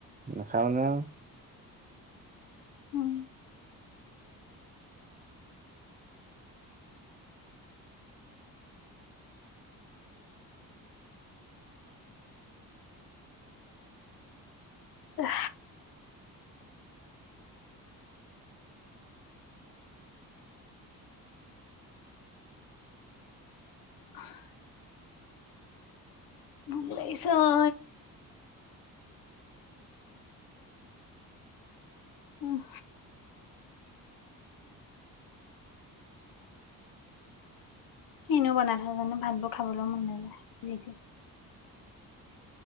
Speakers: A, on the right; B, on the left.
A: নাখায় মানে আৰু
B: উম। অ <inaudible> মোক লাগিছে ও। উম। কিনোও বনাই থ জানো ভাতবোৰ খাবলৈ মন নাযায় যিট।